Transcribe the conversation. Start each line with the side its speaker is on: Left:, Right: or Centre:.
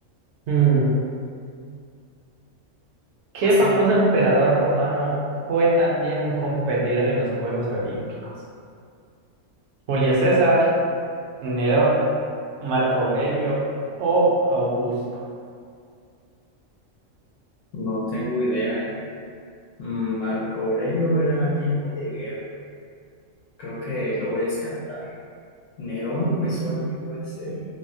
Right: Mm, ¿Qué
Left: ¿Paso?
Right: famoso emperador romano fue también un competidor en los Juegos Olímpicos? Julio César. Nerón, Marco Aurelio o Augusto.
Left: No tengo idea, ¿eh? Mm, Marco Aurelio era alguien muy de guerra. Creo que lo voy a descartar. Nerón me suena que puede ser.